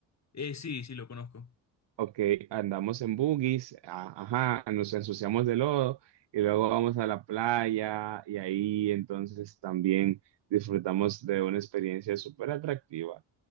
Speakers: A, on the left; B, on the right.
A: Eh, sí, sí, lo conozco.
B: Ok, andamos en buggies, a- ajá, nos ensuciamos de lodo y luego vamos a la playa y ahí entonces también disfrutamos de una experiencia súper atractiva.